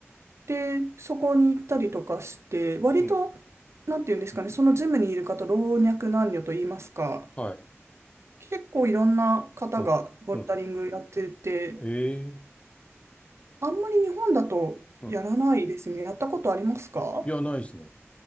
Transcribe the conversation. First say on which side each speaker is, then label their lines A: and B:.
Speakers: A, on the right; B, on the left.
A: で、そこに行ったりとかして、割と、
B: い。うん。
A: なんていうんですかね、そのジムにいる方、老若男女と言いますか、
B: はい。
A: 結構いろんな方がボルダリングやってて、
B: うん。うん。ええ
A: あんまり日本だとやらないですね。
B: うん。
A: やったことありますか
B: いや、ないですね。